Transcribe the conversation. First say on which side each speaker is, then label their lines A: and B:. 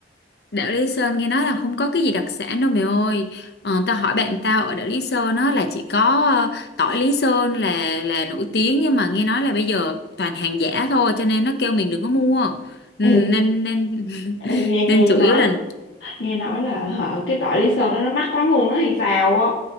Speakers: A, on the left; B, on the left.
A: Đảo Lý Sơn nghe nói là không có cái gì đặc sản đâu mày ơi. Ờ, tao hỏi bạn tao ở đảo Lý Sơn á là chỉ có ờ, tỏi Lý Sơn là là nổi tiếng nhưng mà nghe nói là bây giờ toàn hàng giả thôi cho nên nó kêu mình đừng có mua. Ừ,
B: Ê,
A: Nên nên
B: ê,
A: <laughs>
B: nghe nghe
A: nên chủ
B: nói
A: yếu là
B: nghe nói là hả, cái tỏi lý sơn đó nó mắc lắm luôn đó hay sao á.